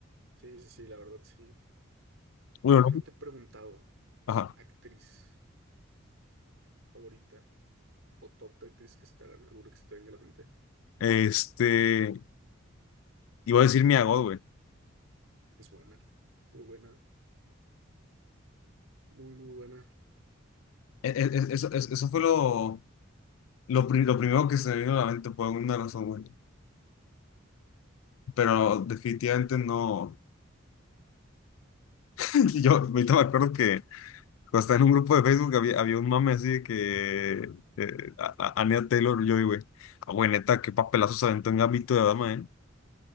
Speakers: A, on the right; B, on the left.
A: Sí, sí, sí, la verdad, sí.
B: Bueno,
A: Lo que
B: ¿no?
A: no te he preguntado,
B: Ajá.
A: actriz favorita o top de actriz que se te hagan, alguna que se te venga a la mente.
B: Este, iba a decir mi God, güey.
A: Es buena, muy buena, muy, muy buena.
B: E- e- e- Eso, eso fue lo, Lo, pri- lo primero que se me vino a la mente por alguna razón, güey. Pero definitivamente no. <laughs> Yo ahorita me acuerdo que cuando estaba en un grupo de Facebook había, había un mame así de que eh, a- a- Anya Taylor-Joy, güey. Ah, güey, neta, qué papelazo se aventó en Gambito de Dama, ¿eh?